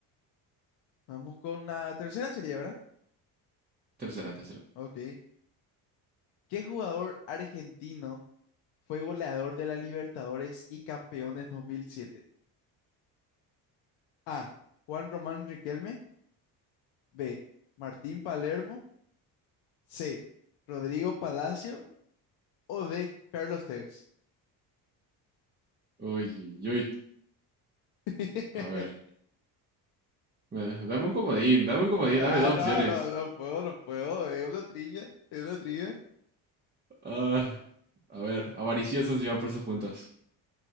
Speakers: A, on the left; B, on the right.
A: Vamos con la tercera serie, ¿verdad?
B: Tercera, tercera.
A: Ok. ¿Qué jugador argentino? Fue goleador de la Libertadores y Campeones 2007. A. Juan Román Riquelme. B. Martín Palermo. C. Rodrigo Palacio. O D. Carlos Tevez.
B: Uy, uy, uy.
A: <laughs>
B: A ver. me- Dame un comodín. Dame un comodín.
A: Ah,
B: Dame dos
A: no,
B: opciones.
A: no, no puedo, no puedo. Es una trivia, es una trivia.
B: Ah, a ver. Avaricioso encima por sus puntos.